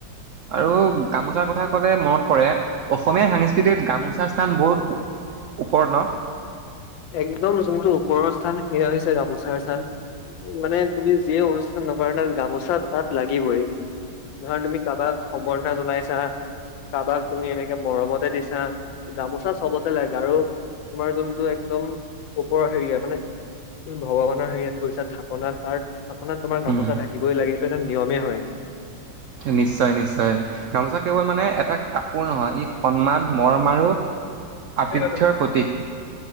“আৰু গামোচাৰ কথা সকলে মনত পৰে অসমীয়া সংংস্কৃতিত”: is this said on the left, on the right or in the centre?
Right